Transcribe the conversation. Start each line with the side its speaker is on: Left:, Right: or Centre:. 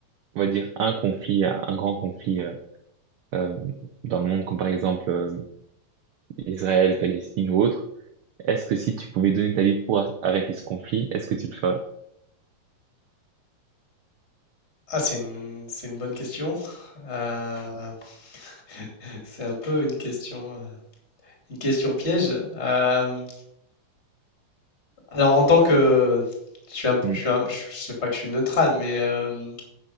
Right: on va dire, un conflit, un grand conflit euh, euh, dans le monde, comme par exemple... euh, Israël, Palestine ou autre. Est-ce que si tu pouvais donner ta vie pour a- arrêter ce conflit, est-ce que tu le ferais?
Left: Ah, c'est une, c'est une bonne question. Euh, <laughs> c'est un peu une question, euh, une question piège. Euh, alors, en tant que, je suis un, peu-
Right: Hmm.
Left: je suis un- je sais pas que je suis neutral, mais euh,